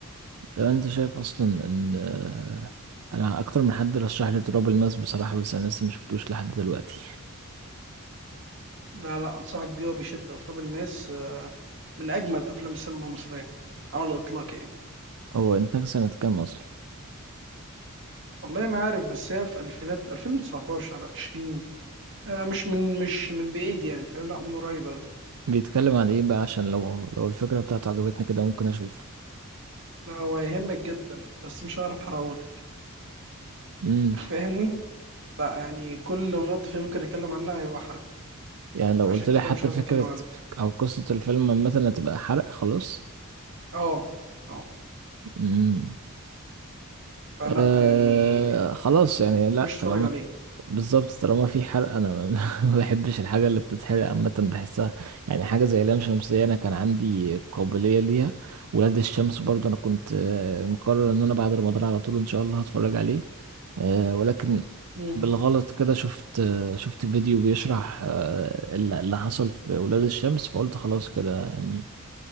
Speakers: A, on the right (about 85°); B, on the right (about 55°).
A: طب انت شايف اصلا ان آه، انا اكتر من حد رشح لي تراب الماس بصراحة بس انا لسه ما شفتوش لحد دلوقتي
B: لا لا أنصحك بيه وبشدة تراب الماس آه، من أجمد أفلام السينما المصرية على الإطلاق يعني
A: هو انت سنة كام اصلا
B: والله ما عارف بس هي في الفينات 2019 20 آه مش من مش من بعيد يعني فاهم لا من قريب أوي
A: بيتكلم عن ايه بقى عشان لو لو الفكرة بتاعته عجبتني كده ممكن اشوف
B: لا هو يهمك جدا بس مش هعرف احرقهولك
A: امم
B: <laughs> فاهمني لا يعني كل نقطة فيه ممكن اتكلم عنها هيبقى حرق
A: يعني لو
B: عشان
A: قلت لي
B: كده
A: حتى
B: مش عايز
A: فكرة
B: اتكلم عنه
A: أو قصة الفيلم مثلا تبقى حرق خلاص
B: اه اه
A: امم
B: فلا
A: آه
B: يعني آه
A: خلاص يعني لا
B: خش
A: طالما
B: اتفرج عليه
A: بالظبط طالما في حرق أنا ما <laughs> ما بحبش الحاجة اللي بتتحرق عامة بحسها يعني حاجة زي لام شمسية أنا كان عندي قابلية ليها ولاد الشمس برضه أنا كنت آه، مقرر إن أنا بعد رمضان على طول إن شاء الله هتفرج عليه آه ولكن
B: مم.
A: بالغلط كده شفت آه، شفت فيديو بيشرح آه، اللي اللي حصل في ولاد الشمس فقلت خلاص كده يعني